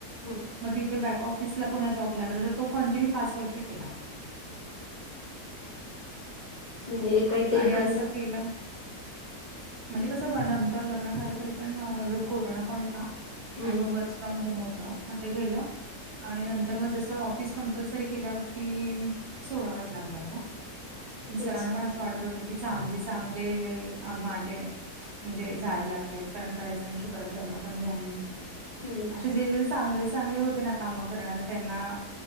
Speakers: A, on the left; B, on the right.
A: हम्म
B: मग तिथे बॅक ऑफिसला कोणाच्या जॉब लागला तर तो कंटिन्यू पाच वर्ष केला
A: म्हणजे काहीतरी
B: आणि
A: करत
B: असं केलं म्हणजे कस नंतर लग्न झालं तरी पण लोक कोरोना पण होता
A: हम्म
B: आणि
A: हम्म.
B: मग वरच् फ्रॉम होम होत मग ते गेलं आणि नंतर मग जसं ऑफिस कंपल्सरी केल्यावरती सोडावाच लागला तो
A: तेच
B: सरांना पण असं वाटत होतं की चांगले चांगले माझे म्हणजे जाय लागलेत कारण बऱ्याच जणांशी परत लग्न पण झाले नाही
A: हम्म
B: असे जे जे चांगले चांगले होते ना कामं करणारे त्यांना